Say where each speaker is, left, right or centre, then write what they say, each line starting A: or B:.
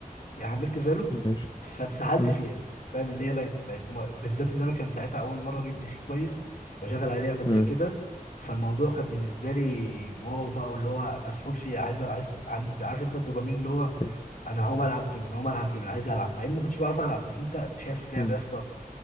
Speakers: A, on the left; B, on the left.
A: يعني حملت فالو
B: ماشي
A: فاتسحلت
B: امم
A: فيها فاهم اللي هي بقت بقت م- بالذات ان انا كان ساعتها اول مره اجيب بي سي كويس واشغل عليه لعبه زي
B: امم
A: كده فالموضوع كان بالنسبه لي واو بقى واللي هو مسحول فيه عايز عايز عند- عارف انت الدوبامين اللي هو
B: ت-
A: انا هقوم العب جيم انا هقوم العب جيم انا عايز العب مع اني ما كنتش بعرف العب بس انت شايف لعبه
B: امم.
A: يا اسطى